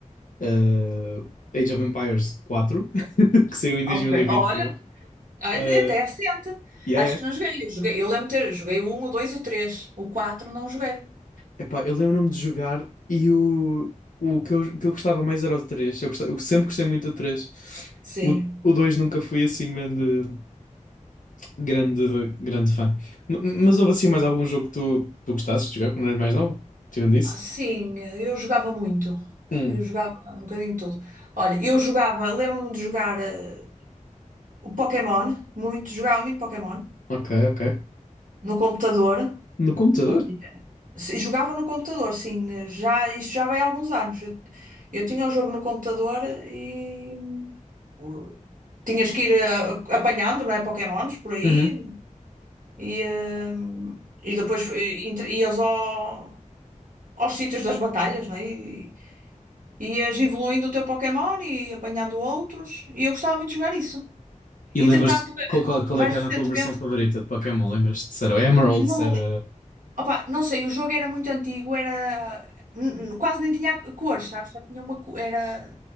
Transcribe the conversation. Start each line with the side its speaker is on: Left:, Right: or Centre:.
Left: eh, Age of Empires 4 <laughs> que saiu em dois
Right: Ok.
Left: mil e e vinte
Right: Olha,
Left: e um
Right: é
Left: Eh,
Right: até é recente.
Left: yeah,
Right: Acho
Left: yeah.
Right: que não joguei. Eu joguei, eu lembro de ter, joguei o um o 2 e o três O quatro não joguei.
Left: Epá, eu lembro-me de jogar e o, o, que eu, o que eu gostava mais era o três Eu, gostava- eu sempre gostei muito do três
Right: Sim.
Left: O, o 2 nunca fui assim grande, grande, grande fã. M- Mas houve assim mais algum jogo que tu, tu gostasses de jogar quando eras mais nova? Tirando isso?
Right: Ah, sim, eu jogava muito.
Left: Hum,
Right: Eu jogava um bocadinho de tudo. Olha, eu jogava, lembro-me de jogar eh, o Pokémon, muito, jogava muito Pokémon
Left: ok, ok.
Right: no computador.
Left: No computador?
Right: Nós Se- Jogava no computador, sim. eh, Já, isto já vai há alguns anos. Eu, eu tinha o jogo no computador e o- tinhas que ir ah, apanhando, não é? Pokémons por aí
Left: Uhum.
Right: e, ah, e depois eh, entre- ias ao- aos sítios das batalhas, não é? E e ias evoluindo o teu Pokémon e apanhando outros. E eu gostava muito de jogar isso.
Left: E
Right: Entretanto,
Left: lembras-te qual, qual, qual
Right: mais
Left: é que
Right: recentemente,
Left: era a tua versão favorita de Pokémon? Lembras-te se era o Emerald,
Right: não
Left: se era.
Right: me Opa, não sei, o jogo era muito antigo, era n- n- quase nem tinha cores, sabes? Só tinha uma co- era